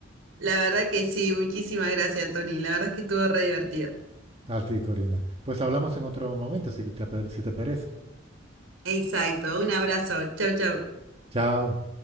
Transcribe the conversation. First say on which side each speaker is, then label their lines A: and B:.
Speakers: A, on the right; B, on the right.
A: La verdad que sí, muchísimas gracias, Tony. La verdad es que estuvo re divertido.
B: Así, Corina. Pues hablamos en otro momento, si te, si te parece.
A: Exacto, un abrazo. Chau, chau.
B: Chao.